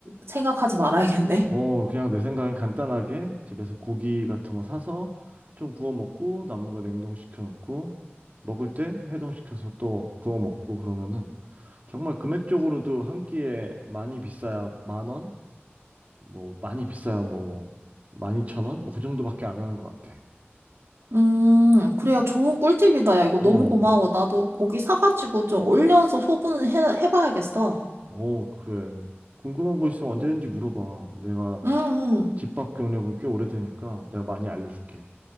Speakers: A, on the right; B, on the right.
A: 생각하지 말아야겠네.
B: 어, 그냥 내 생각엔 간단하게 집에서 고기 같은 거 사서 좀 구워 먹고 남은 거 냉동시켜 놓고 먹을 때 해동시켜서 또 구워 먹고 그러면은 정말 금액적으로도 한 끼에 많이 비싸야 만 원? 뭐 많이 비싸야 뭐 만 이천 원? 뭐 그 정도밖에 안 하는 것 같아.
A: <laughs> 음, 그래야 좋은 꿀팁이다. 야, 이거
B: 어,
A: 너무 고마워. 나도 고기 사가지고 좀 올려서 소분을 해, 해봐야겠어.
B: 어, 그래. 궁금한 거 있으면 언제든지 물어봐. 내가
A: 응, 응.
B: 집밥 경력은 꽤 오래되니까 내가 많이 알려줄게.